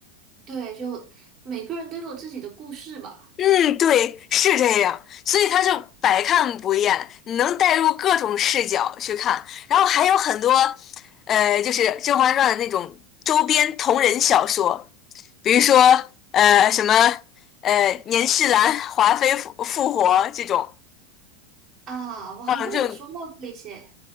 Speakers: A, on the right (about 30°); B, on the left (about 35°).
A: 对，就每个人都有自己的故事吧。
B: 嗯，对，是这样，所以他就百看不厌，你能带入各种视角去看，然后还有很多，呃，就是《甄嬛传》的那种周边同人小说，比如说呃什么呃年世兰、华妃复复活这种，
A: 啊，我好像有说到这一些。
B: 嗯，这种